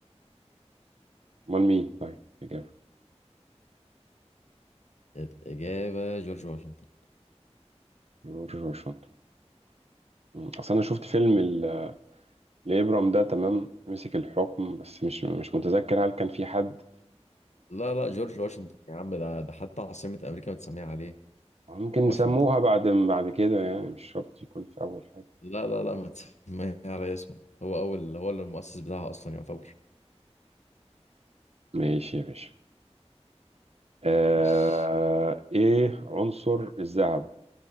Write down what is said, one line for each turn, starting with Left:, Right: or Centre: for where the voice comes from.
Right: أمال مين طيب الإجابة
Left: الإجابة جورج واشنطن
Right: جورج واشنطن مم. أصل أنا شفت فيلم ال- لإبرام ده تمام مسك الحكم بس مش مش متذكر هل كان في حد
Left: لا لا جورج واشنطن يا عم ده ده حتى عاصمة أمريكا متسمية عليه
Right: ممكن
Left: واشنطن
Right: نسموها بعد بعد كده يعني مش شرط يكون في أول حاجة
Left: لا لا لا متسمية على اسمه هو أول هو اللي المؤسس بتاعها أصلا يعتبر
Right: ماشي يا باشا آه
Left: ماشي
Right: إيه عنصر الذهب